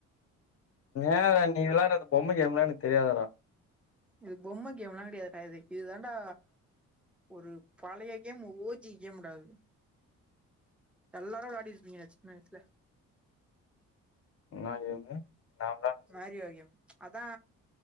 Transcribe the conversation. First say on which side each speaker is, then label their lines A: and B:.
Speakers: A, on the left (about 50°); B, in the centre.
A: ஏடா நீ விளாட்றது பொம்ம கேம்ல்லா எனக்கு தெரியாதாடா?
B: இது பொம்ம கேம்லா கெடையாதுடா இது இதுதாண்டா ஒரு பழைய கேம் ஓ ஜி கேம்டா இது. எல்லாரு வெளாடிருப்பிங்க இத சின்ன வயசுல.
A: முன்னாடி இவுங்க நாந்தான்னு
B: மேரியோ கேம் அத்தா